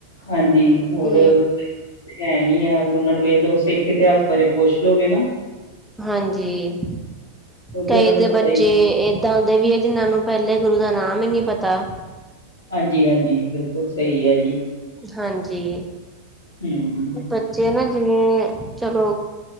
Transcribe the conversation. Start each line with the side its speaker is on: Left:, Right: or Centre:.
Left: ਹਾਂਜੀ ਹੋਰ।
Centre: ਤੇ
Left: ਹੈਨੀ ਆ। ਉਹਨਾਂ ਨੂੰ ਵੇਖ ਲਓ, ਸਿੱਖ ਇਤਿਹਾਸ ਬਾਰੇ ਪੁੱਛ ਲੋਗੇ ਨਾ।
Centre: ਹਾਂਜੀ, ਕਈ
Left: ਉਹਨਾਂ ਨੂੰ
Centre: ਤੇ
Left: ਪਤਾ
Centre: ਬੱਚੇ
Left: ਹੀ
Centre: ਏ ਇਦਾਂ ਦੇ ਵੀ‌ ਏ, ਜਿਨਾਂ ਨੂੰ ਪਹਿਲੇ ਗੁਰੂ ਦਾ ਨਾਮ ਹੀ ਨੀ ਪਤਾ।
Left: ਹਾਂਜੀ, ਹਾਂਜੀ ਬਿਲਕੁਲ ਸਹੀ ਹੈ ਜੀ।
Centre: ਹਾਂਜੀ।
Left: <inaudible>
Centre: ਬੱਚੇ ਨਾ, ਜਿਵੇਂ ਚਲੋ